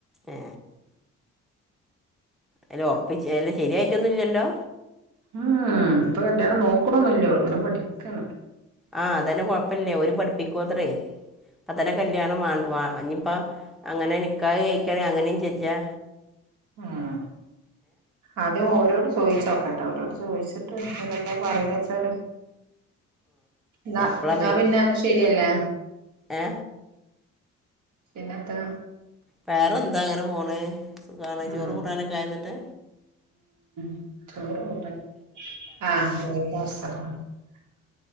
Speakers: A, in the centre; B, on the right (about 75°).
A: ഏ അല്ല ഒർപ്പിച്ച് അല്ല ശെരിയായിട്ടൊന്നുല്ല്യല്ലോ
B: ഉം ഉം ഇപ്പൊ കല്ല്യാണം നോക്കണൊന്നൂല്ല്യോള് ഇങ്ങനെ പഠിക്കാണ്
A: ആഹ് അതന്നെ കൊഴപ്പല്ല്യ ഓര് പഠിപ്പിക്കുവത്രേയ് ഇപ്പത്തന്നെ കല്ല്യാണം വാൻ വാ ഇഞ്ഞി അപ്പ അങ്ങനെ നിക്കാഹ് കഴിക്കാണെങ്കി അങ്ങനെയും ചെജ്ജാ
B: ഉം അത് ഓരോട് ചോദിച്ചു ച്ചോക്കട്ടെ അവരോട് ചോദിച്ചിട്ട് അതെന്താ പറിണ്ച്ചാല് ന്നാ
A: എപ്പോഴാ
B: ന്നാ പിന്നെ ശരിയല്ലേ
A: ഏ
B: പിന്നെത്താ
A: വേറെന്താ ഇങ്ങനെ പോണ് സുഖാണ്
B: ഉം
A: ചോറുംകൂട്ടാനൊക്കെ ആയോന്നിട്ട്
B: <unintelligible>